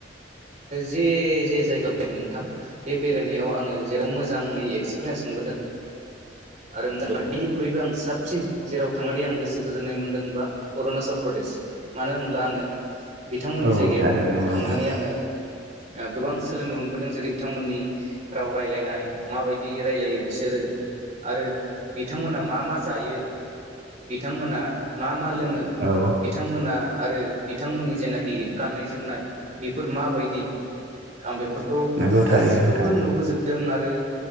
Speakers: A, on the right; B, on the right.
A: जे जे जायगायाव नोंथां बे बेरायनायाव आंङो जेराव मोजाङै एक्सपिरियेन्स मोनबोदों। आरो बिनिख्रुइबो आं साबसिन जेराव थांनानै आं गोसो गोजोननाय मोनदों होनबा अरुणाचल प्रदेश मानो होन्ला आङो बिथांमोननि
B: औ
A: जायगायाव
B: थारैनो नंगौ
A: थांनानै
B: नोंथां
A: आंङो ओ गोबां सोलोंनो मोनबोदों जेरै बिथांमोननि राव रायलायनाय माबायदि रायलायो बिसोरो। आरो बिथांमोना मा मा जायो बिथांमोना मा मा लों
B: औ
A: बिथांमोना आरो बिथांमोननि जेनाखि गाननाय जोमनाय बेफोर माबायदि? आं बेफोरखौ
B: नंगौ थारैनो
A: गासिखौबो
B: नोंथां
A: नुबोजोबदों आरो